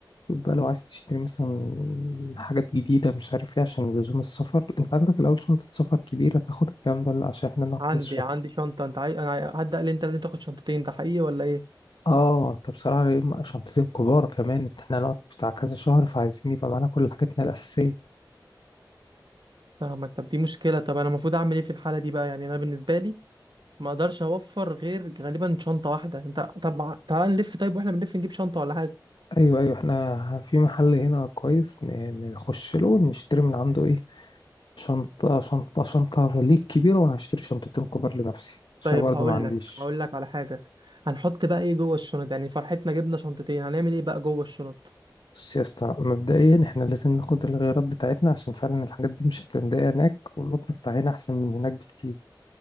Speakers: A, on the left; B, on the right.
A: شوف بقى لو عايز تشتري مثلا حاجات جديدة مش عارف ايه عشان لزوم السفر انت عندك الأول شنطة سفر كبيرة تاخد الكلام ده ولا عشان احنا نقعد
B: عندي
A: كذا شهر
B: عندي شنطة انت عاي... انا عاي- حد قال لي انت لازم تاخد شنطتين ده حقيقي ولا ايه
A: اه انت بصراحة يبقى شنطتين كبار كمان انت احنا هنقعد بتاع كذا شهر فعايزين يبقى معانا كل حاجاتنا الأساسية
B: فاهمك طب دي مشكلة طب انا المفروض اعمل ايه في الحالة دي بقى يعني انا بالنسبة لي ما اقدرش اوفر غير غالبا شنطه واحده انت طب تعال نلف طيب واحنا بنلف نجيب شنطه ولا حاجه
A: ايوه ايوه احنا في محل هنا كويس ن- نخش له نشتري من عنده ايه شنطة شنطة شنطة ليك كبيرة وانا هشتري شنطتين كبار لنفسي عشان
B: طيب
A: برضه
B: هقول
A: ما عنديش
B: لك هقول لك على حاجه هنحط بقى ايه جوه الشنط يعني فرحتنا جبنا شنطتين هنعمل ايه بقى جوه الشنط
A: بص يا اسطى مبدئيا احنا لازم ناخد الغيارات بتاعتنا عشان فعلا الحاجات دي مش هتلاقيها هناك والقطن بتاع هنا احسن من هناك بكتير